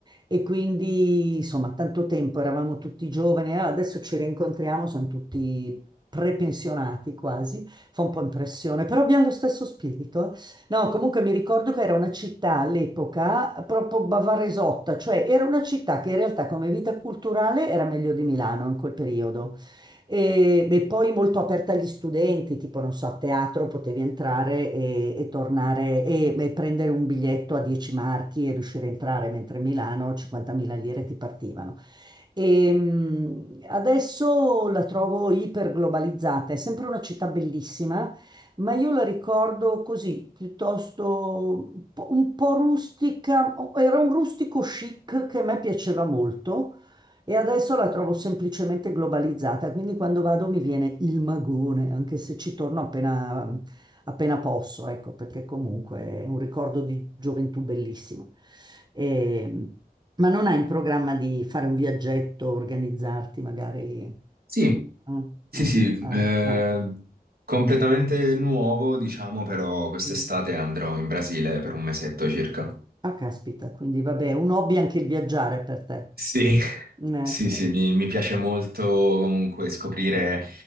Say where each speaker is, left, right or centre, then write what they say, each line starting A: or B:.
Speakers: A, on the right (about 25°); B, on the right (about 75°).
A: E quindi, insomma, tanto tempo, eravamo tutti giovani, eh, adesso ci rincontriamo, sono tutti prepensionati quasi fa un po' impressione, però abbiamo lo stesso spirito. No, comunque mi ricordo che era una città all'epoca proprio bavaresotta, cioè era una città che in realtà come vita culturale era meglio di Milano in quel periodo. E, e poi molto aperta agli studenti, tipo non so, a teatro potevi entrare e, e tornare e, e prendere un biglietto a 10 marchi e riuscire a entrare, mentre a Milano 50.000 lire ti partivano. E mh, adesso la trovo iperglobalizzata, è sempre una città bellissima, ma io la ricordo così, piuttosto un po' un po' rustica, o- era un rustico chic che a me piaceva molto e adesso la trovo semplicemente globalizzata, quindi quando vado mi viene il magone, anche se ci torno appena, appena posso, ecco, perché comunque è un ricordo di gioventù bellissimo. E, ma non hai in programma di fare un viaggetto, organizzarti magari?
B: Sì.
A: Mm,
B: Sì,
A: mm,
B: sì,
A: ah,
B: eh,
A: ah,
B: completamente nuovo, diciamo, però quest'estate
A: mm.
B: andrò in Brasile per un mesetto circa.
A: Ah, caspita, quindi vabbè, un hobby anche il viaggiare per te.
B: Sì,
A: Eh,
B: Sì, sì,
A: eh,
B: mi, mi piace molto comunque scoprire